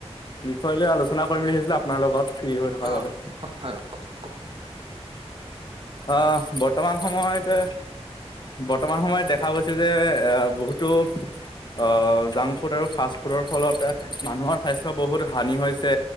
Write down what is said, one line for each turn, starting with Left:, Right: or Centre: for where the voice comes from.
Left: বিষয় লৈ আলোচনা কৰিম বুলি ভাবিছিলো আপোনাৰ লগত। ফ্ৰী হৈ থকাৰ
Right: অ
Left: বাবে।
Right: হয় হয়
Left: অ বৰ্তমান সময়তে। বৰ্তমান সময়ত দেখা গৈছে যে এ বহুতো আহ জাং ফুড আৰু ফাষ্ট ফুডৰ ফলত মানুহৰ স্বাস্থ্য বহুত হানি হৈছে,